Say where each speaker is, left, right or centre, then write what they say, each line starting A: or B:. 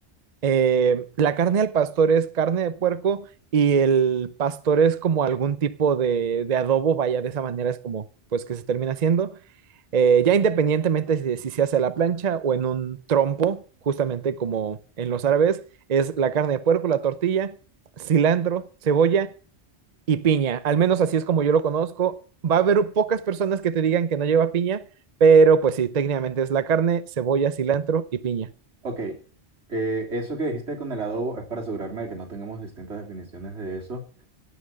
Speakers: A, on the right; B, on the right.
A: eh, la carne al pastor es carne de puerco y el pastor es como algún tipo de, de adobo, vaya, de esa manera es como pues que se termina haciendo, eh, ya independientemente si, si se hace a la plancha o en un trompo, justamente como en los árabes, es la carne de puerco, la tortilla, cilantro, cebolla y piña, al menos así es como yo lo conozco, va a haber pocas personas que te digan que no lleva piña, pero pues sí, técnicamente es la carne, cebolla, cilantro y piña.
B: Ok. eh, eso que dijiste con el adobo es para asegurarme de que no tengamos distintas definiciones de eso.